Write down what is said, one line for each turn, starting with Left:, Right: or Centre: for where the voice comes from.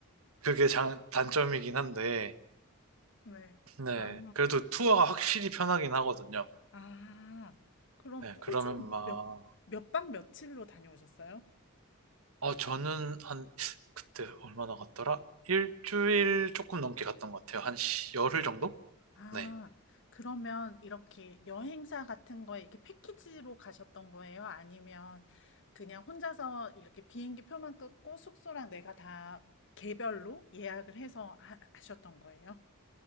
Right: 그게 장, 단점이긴 한데
Left: 네.
Right: 네.
Left: 아.
Right: 그래도 투어가 확실히 편하긴 하거든요.
Left: 아. 그럼
Right: 네. 그러면
Left: 호주는
Right: 막,
Left: 몇, 몇 박 며칠로 다녀오셨어요?
Right: 어, 저는 한, 그때 얼마나 갔더라? 일주일 조금 넘게 갔던 것 같아요. 한 시- 열흘 정도?
Left: 아.
Right: 네.
Left: 그러면 이렇게 여행사 같은 거에 이렇게 패키지로 가셨던 거예요? 아니면 그냥 혼자서 이렇게 비행기 표만 끊고 숙소랑 내가 다 개별로 예약을 해서 하, 하셨던 거예요?